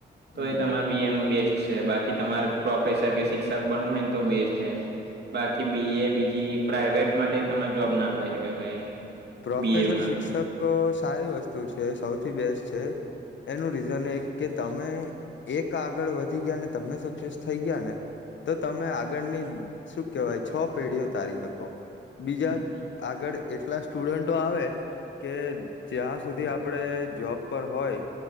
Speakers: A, on the right (about 65°); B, on the left (about 80°).
A: તો
B: હમ
A: એ તમારે. બી. એમ બેસ્ટ છે બાકી તમારે પ્રોફેસર કે શિક્ષક બનવું હોય ને તો બેસ્ટ સે. બાકી બી. એ બીજી પ્રાઈવેટ માટે તમને જોબ ના અપાઈ હકે કઈ.
B: પ્રોફેસર
A: બી એમાં.
B: શિક્ષક અ સારી વસ્તુ છે સૌથી બેસ્ટ છે. એનું રીઝન એક કે તમે. એક આગળ વધી ગયા ને તમે સક્સેસ થઈ ગયા ને. તો તમે આગળની શું કહેવાય છ પેઢીઓ તારી શકો બીજા
A: હમ.
B: આગળ એટલા સ્ટુડન્ટો આવે કે જ્યાં સુધી આપ. આપણે જોબ પર હોય